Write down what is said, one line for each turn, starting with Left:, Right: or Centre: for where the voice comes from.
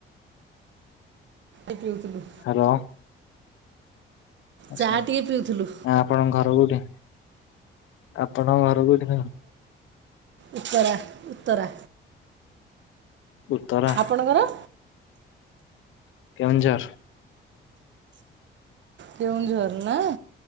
Right: ଆପିଉଥିଲୁ।
Left: ହ୍ୟାଲୋ। ଆଚ୍ଛା
Right: ଚାହା ଟିକେ ପିଉଥିଲୁ
Left: ଆପଣଙ୍କ ଘର କୁଉଠି? ଆପଣଙ୍କ ଘର କୁଉଠି?
Right: ଉତ୍ତରା ଉତ୍ତରା।
Left: ଉତ୍ତରା।
Right: ଆପଣଙ୍କର?
Left: କେଉଁଝର।
Right: କେଉଁଝର ନା